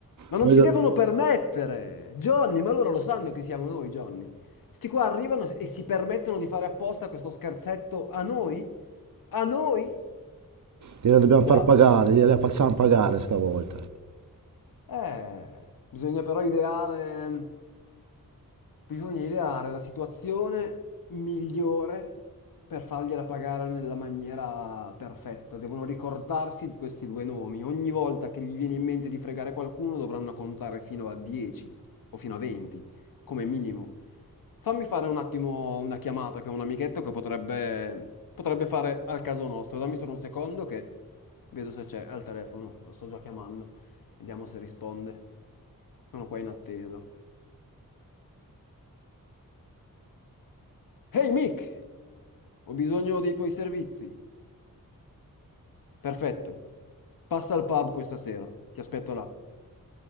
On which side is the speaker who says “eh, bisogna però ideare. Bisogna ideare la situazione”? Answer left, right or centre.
Left